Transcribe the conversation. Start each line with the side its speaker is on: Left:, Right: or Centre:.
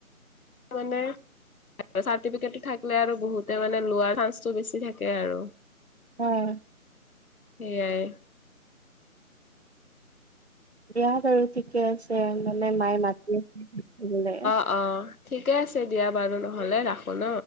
Left: মানে চাৰ্টিফিকেটো থাকিলে আৰু বহুতে মানে লোৱাৰ চান্সটো বেছি থাকে আৰু।
Right: অ'।
Left: সেয়াই।
Right: বিয়া বাৰু ঠিকে আছে মানে মায়ে মাতিলৈ
Left: অঁ ঠিকে আছে দিয়া বাৰু নহ'লে ৰাখোঁ ন।